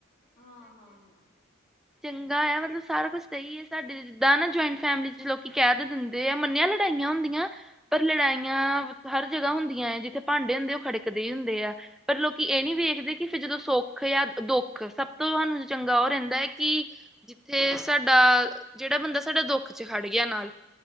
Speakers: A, on the left; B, in the centre.
A: ਹਾਂ, ਹਾਂ, ਹਾਂ।
B: ਚੰਗਾ ਆ ਮਤਲਬ ਸਾਰਾ ਕੁਛ ਸਈ ਐ ਸਾਡੇ ਜਿੱਦਾਂ ਨਾ ਜੋਇੰਟ ਫੈਮਿਲੀ ਚ ਲੋਕੀ ਕੈ ਦੇ ਦਿੰਦੇ ਆ ਮੰਨਿਆ ਲੜਾਈਆਂ ਹੁੰਦੀਆਂ ਪਰ ਲੜਾਈਆਂ ਹਰ ਜਗਾਂ ਹੁੰਦੀਆਂ ਜਿੱਥੇ ਭਾਂਡੇ ਹੁੰਦੇ ਓ ਖੜਕਦੇ ਹੀ ਹੁੰਦੇ ਆ ਪਰ ਲੋਕੀ ਇਅ ਨੀ ਵੇਖਦੇ ਕਿ ਫਿਰ ਜਦੋਂ ਸੁੱਖ ਯਾ ਦੁੱਖ ਸਭ ਤੋਂ ਹਾਨੂੰ ਚੰਗਾ ਓ ਰੈਂਦਾ ਕਿ ਥੇ ਸਾਡਾ ਜੇੜਾ ਬੰਦਾ ਸਾਡਾ ਦੁੱਖ ਚ ਹੜ ਗਿਆ ਨਾਲ।